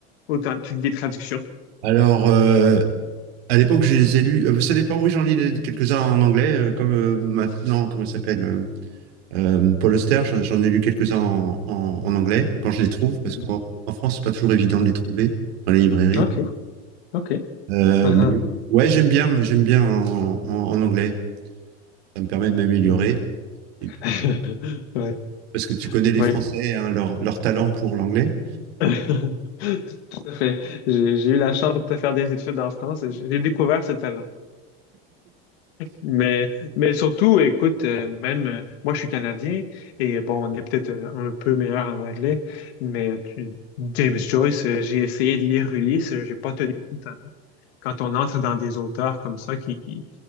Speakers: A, on the left; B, on the right.
A: Ou t'en- tu lis des traductions?
B: Alors, euh, à l'époque, je les ai lus. euh, ça dépend, oui, j'en lis les- quelques-uns en anglais, euh, comme euh, maintenant, comment ça s'appelle? euh, Euh, Paul Auster, j'en j'en ai lu quelques-uns en, en- en anglais, quand je les trouve, parce
A: Mhm.
B: qu'en en France, c'est pas toujours évident de les trouver dans les librairies.
A: OK, OK.
B: Euh,
A: Ah,
B: mais
A: ah,
B: ouais, j'aime bien, j'aime bien en, en- en anglais. Ça me permet de m'améliorer.
A: hmm.
B: Et puis,
A: <laughs> Ouais,
B: parce que tu connais les
A: oui,
B: Français, hein, leur, leur talent pour l'anglais.
A: <laughs> tout à fait. J'ai j'ai eu la chance de faire des études en France. et J'ai découvert ce talent. Mais, mais surtout, écoute, euh, même euh, moi, je suis Canadien et bon, on est peut-être euh, un peu meilleur en anglais, mais tu- James Joyce, euh, j'ai essayé de lire Ulysse, euh, j'ai pas tenu. Quand on entre dans des auteurs comme ça qui, qui